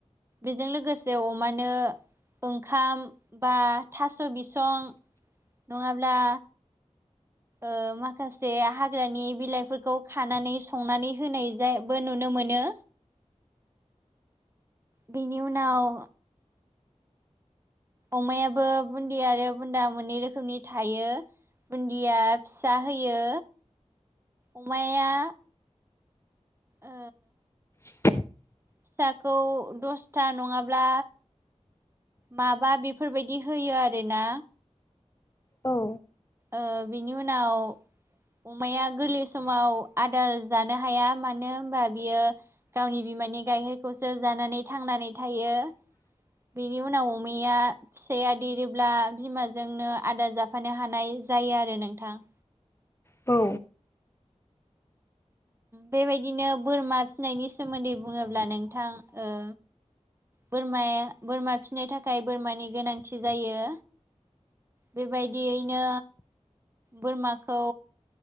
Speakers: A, on the right; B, on the left.
A: बेजों लोगोसे अमानो ओंखाम बा थास बिसं नङाब्ला ओ माखासे हाग्रानि बिलाइफोरखौ खानानै संनानै होनाय जाबो नुनो मोनो बेनि उनाव अमायाबो बुन्दि आरो बुन्दा मोननै रोखोमनि थायो बुन्दिया फिसा होयो अमाया ओ
B: <unintelligible>
A: फिसाखौ दसथा नङा - -ब्ला माबा बेफोरबायदि होयो आरोना
B: औ
A: ओ बिनि उनाव अमाया गोरलै समाव आदार जानो हाया मानो ओनबा बियो गावनि बि मानि गायखेरखौसो जानानै थांनानै थायो। बेनि उनाव अमाया फिसाया देरोब्ला बिमाजोंनो आदार जाफानो हानाय। जायो आरो नोंथां।
B: औ
A: बेबायदिनो बोरमा फिनायनि सोमोन्दै बुङोब्ला नोंथां ओ बोरमाया बोरमा फिसिनो थाखाय बोरमानि गोनांथि जायो। बेबायदियैनो बोरमाखौ